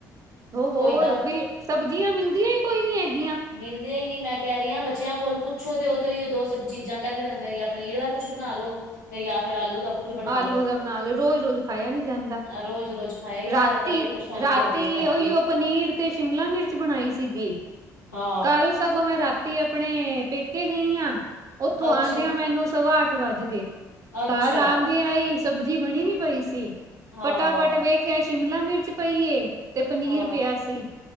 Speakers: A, on the right; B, on the left.
A: ਹੋ ਹੋਰ
B: ਕੋਈਦਾ
A: ਬਿਲ ਸਬਜ਼ੀਆਂ ਮਿਲਦੀਆਂ ਹੀ ਕੋਈ ਨੀ ਹੈਗੀਆਂ
B: ਮਿਲਦੀਆਂ ਹੀ ਨੀ ਮੈਂ ਕਹਿ ਰਹੀ ਹਾਂ ਬੱਚਿਆਂ ਕੋਲ ਪੁੱਛੋ ਤੇ ਉਹ ਤੋਂ ਓਹੀਓ ਦੋ ਸ ਚੀਜ਼ਾਂ ਕਹਿੰਦੇ ਰਹਿੰਦੇ ਨੇ ਪਨੀਰ ਦਾ ਕੁਛ ਬਣਾ ਲੋ ਤੇ ਜਾਂ ਫਿਰ ਆਲੂ ਦਾ ਕੁੱਝ ਬਣਾ
A: ਆਲੂ
B: ਲੋ
A: ਦਾ ਬਣਾ ਲੋ ਰੋਜ਼-ਰੋਜ਼ ਖਾਇਆ ਨੀ ਜਾਂਦਾ।
B: ਰੋਜ਼ ਰੋਜ਼ ਖਾਇਆ ਹੀ ਨਹੀਂ
A: ਰਾਤੀ
B: ਜਾਂਦਾ ਬੜੀ ਪਰੇਸ਼ਾਨੀ
A: ਰਾਤੀ
B: ਹੋ ਗਈ ਹੈ ਭੈਣ
A: ਉਹੀਓ
B: ਜੀ
A: ਪਨੀਰ ਤੇ ਸ਼ਿਮਲਾ ਮਿਰਚ ਬਣਾਈ ਸੀਗੀ
B: ਹਾਂ
A: ਕੱਲ ਸਗੋਂ ਮੈਂ ਰਾਤੀ ਆਪਣੇ ਪੇਕੇ ਗਈ ਹਾਂ ਉੱਥੋਂ
B: ਅੱਛਾ
A: ਆਉਂਦਿਆਂ ਮੈਨੂੰ ਸਵਾ ਅੱਠ ਵੱਜ ਗਏ।
B: ਅੱਛਾ
A: ਘਰ ਆਂਦਿਆਂ ਹੀ ਸਬਜ਼ੀ ਬਣੀ ਨੀ ਪਈ ਸੀ
B: ਹਾਂ
A: ਫਟਾਫਟ ਵੇਖ ਮੈ ਕਿਆ ਸ਼ਿਮਲਾ ਮਿਰਚ ਪਈ ਏ ਤੇ ਪਨੀਰ
B: ਹਾਂ
A: ਪਿਆ ਸੀ